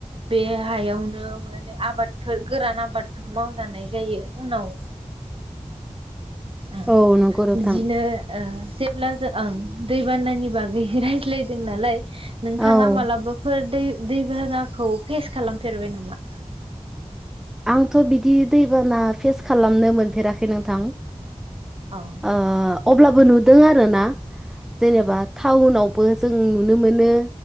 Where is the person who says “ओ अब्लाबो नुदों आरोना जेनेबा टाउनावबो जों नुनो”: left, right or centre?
Centre